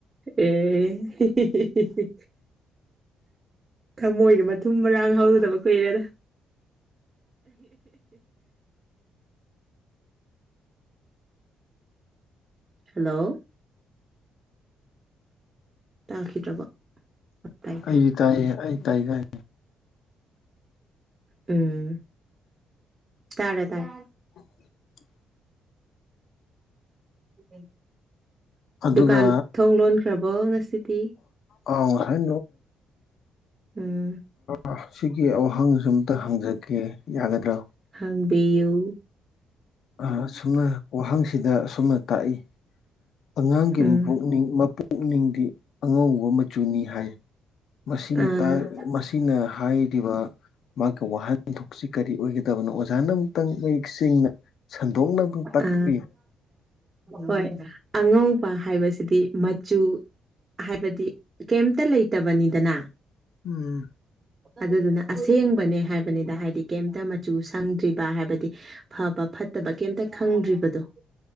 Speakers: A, on the right; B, on the left.
A: ꯑꯦ ꯍꯤꯍꯤꯍꯤ ꯊꯃꯣꯏꯒ ꯃꯊꯨꯝ ꯃꯔꯥꯡ ꯍꯧꯗꯕ ꯀꯨꯏꯔꯦꯗ <inaudible>
B: <inaudible>
A: ꯍꯜꯂꯣ ꯇꯥꯈꯤꯗ꯭ꯔꯕꯣ ꯇꯥꯏ
B: ꯑꯩꯗꯤ
A: ꯇꯥꯏ ꯇꯥꯏ
B: ꯇꯥꯏꯌꯦ ꯑꯩ ꯇꯥꯏ ꯇꯥꯏ
A: ꯎꯝ ꯇꯥꯔꯦ ꯇꯥꯔꯦ
B: <inaudible>
A: <inaudible>
B: ꯑꯗꯨꯒ
A: ꯗꯨꯀꯥꯟ ꯊꯣꯡ ꯂꯣꯟꯈ꯭ꯔꯕꯣ ꯉꯁꯤꯗꯤ
B: ꯑꯥ ꯉꯁꯥꯏ
A: ꯎꯝ
B: ꯑ ꯁꯤꯒꯤ ꯋꯍꯪ ꯁꯤꯝꯇ ꯍꯪꯖꯒꯦ ꯌꯥꯒꯗ꯭ꯔꯣ
A: ꯍꯪꯕꯌꯨ
B: ꯑꯁꯨꯝꯅ ꯋꯥꯍꯪꯁꯤꯗ ꯑꯁꯨꯝꯅ ꯇꯥꯛꯏ ꯑꯉꯥꯡꯒꯤ
A: ꯎꯝ
B: ꯃꯕꯨꯛꯅꯤꯡ ꯃꯄꯨꯅꯤꯡꯗꯤ ꯑꯉꯧꯕ ꯃꯆꯨꯅꯤ ꯍꯥꯏ ꯃꯁꯤꯅ
A: ꯑꯥ
B: ꯇꯥ ꯃꯁꯤꯅ ꯍꯥꯏꯔꯤꯕ ꯃꯥꯒꯤ ꯋꯥꯍꯟꯊꯣꯛꯁꯤ ꯀꯔꯤ ꯑꯣꯏꯒꯗꯕꯅꯣ ꯑꯣꯖꯥꯅ ꯑꯃꯨꯛꯇꯪ ꯃꯌꯦꯛ ꯁꯦꯡꯅ ꯁꯟꯗꯣꯛꯅ ꯑꯃꯨꯛꯇꯪ ꯇꯥꯛꯄꯤꯌꯨ
A: ꯑ ꯍꯣꯏ ꯑꯉꯧꯕ ꯍꯥꯏꯕꯁꯤꯗꯤ ꯃꯆꯨ ꯍꯥꯏꯕ ꯗꯤ ꯀꯩꯝꯇ ꯂꯩꯇꯕꯅꯤꯗꯅ
B: ꯎꯝ
A: ꯑꯗꯨꯗꯨꯅ ꯑꯁꯦꯡꯕꯅꯦ ꯍꯥꯏꯕ ꯍꯥꯏꯕꯅꯤꯗ ꯍꯥꯏꯗꯤ ꯀꯩꯝꯇ ꯃꯆꯨ ꯁꯪꯗ꯭ꯔꯤꯕ ꯍꯥꯏꯕꯗꯤ ꯐꯕ ꯐꯠ ꯇꯕ ꯀꯩꯝꯇ ꯈꯪꯗ꯭ꯔꯤꯕꯗꯣ